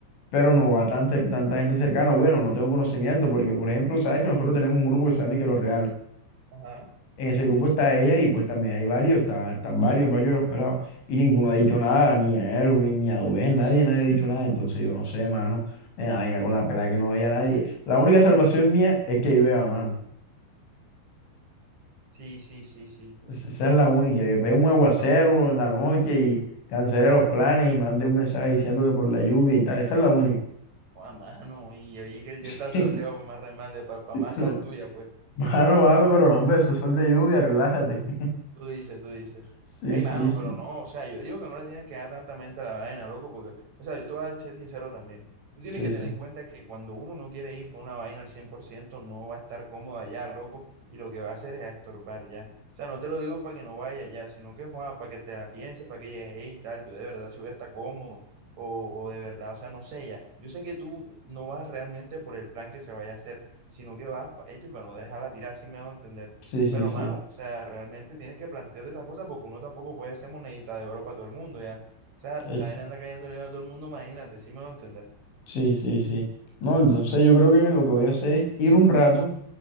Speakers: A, on the left; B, on the right.
A: pero no va tan cer- tanta gente cercana, bueno, no tengo conocimiento porque, por ejemplo, sabes que nosotros tenemos un grupo que se llama los Reales.
B: Ajá.
A: En ese grupo está ella y pues también hay varios, está- están varios, varios de los pelados y ninguno ha dicho nada, ni a Erwin, ni a Duen, nadie, nadie ha dicho nada, entonces yo no sé, mano, me da vaina con la pelada que no vea a nadie. La única salvación mía es que yo vea, mano.
B: Sí, sí, sí, sí.
A: Pues, Esa es la única, que pegue un aguacero en la noche y cancele los planes y mande un mensaje diciendo que por la lluvia y tal. Esa es la única.
B: Oh, a mano, y oí que el
A: <laughs>
B: día está soleado, pues, más remate, para más
A: No.
B: sal tuya, pues.
A: Mano, mano, pero no, hombre, eso es sol de lluvia, relájate. <laughs>
B: Tú dices, tú dices.
A: Sí,
B: Ey,
A: sí,
B: mano,
A: sí.
B: pero no, o sea, yo digo que no le tienes que dar tanta mente a la vaina, loco, porque, o sea, yo te voy a ser sincero también. Tú tienes
A: Sí,
B: que
A: sí.
B: tener en cuenta que cuando uno no quiere ir por una vaina al 100% no va a estar cómodo allá, loco, y lo que va a hacer es a estorbar ya. O sea, no te lo digo para que no vaya allá, sino que, joda, para que te la pienses, para que digas hey, tal, yo de verdad si voy a estar cómodo, o, o de verdad, o sea, no sé ya. Yo sé que tú no vas realmente por el plan que se vaya a hacer, sino que vas, pa- hecho, para no dejarla tirar, así me a entender.
A: Sí, sí,
B: Pero,
A: sí.
B: mano, o sea, realmente tienes que plantearte esa cosa porque uno tampoco puede ser monedita de oro para todo el mundo, ¿ya? O sea,
A: Es-
B: saben, anda cayendo dinero a todo el mundo, imagínate, sí me voy a entender.
A: sí, sí, sí. No, entonces yo creo que lo que voy a hacer es ir un rato,